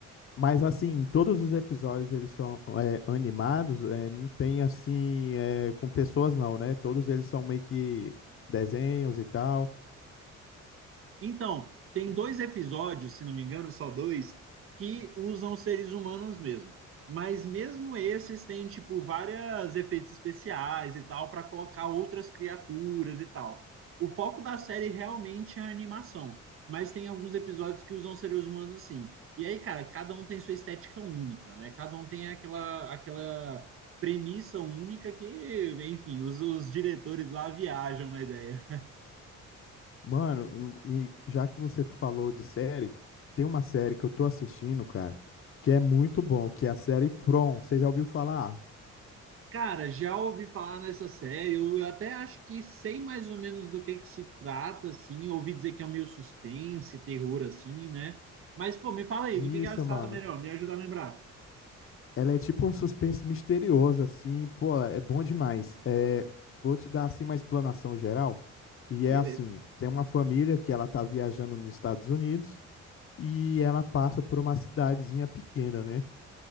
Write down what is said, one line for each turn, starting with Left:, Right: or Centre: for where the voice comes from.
Left: Mas assim, todos os episódios eles são é, animados, é, não tem assim é, com pessoas não, né? Todos eles são meio que desenhos e tal.
Right: Então, tem dois episódios, se não me engano, só dois, que usam seres humanos mesmo. Mas mesmo esses têm, tipo, vários efeitos especiais e tal, para colocar outras criaturas e tal. O foco da série realmente é a animação. Mas tem alguns episódios que usam seres humanos sim. E aí, cara, cada um tem sua estética única, né? Cada um tem aquela, aquela premissa única que, enfim, os, os diretores lá viajam na ideia.
Left: Mano, e, e já que você falou de série, tem uma série que eu tô assistindo, cara, que é muito bom, que é a série From. Você já ouviu falar?
Right: Cara, já ouvi falar nessa série, eu até acho que sei mais ou menos do que que se trata, assim, eu ouvi dizer que é um meio suspense, terror, assim, né? Mas, pô, me fala aí,
Left: Isso,
Right: do que que ela se trata
Left: mano.
Right: melhor, me ajuda a lembrar.
Left: Ela é tipo um suspense misterioso, assim, pô, é bom demais. É, vou te dar, assim, uma explanação geral. E é
Right: Beleza.
Left: assim, tem uma família que ela tá viajando nos Estados Unidos e ela passa por uma cidadezinha pequena, né?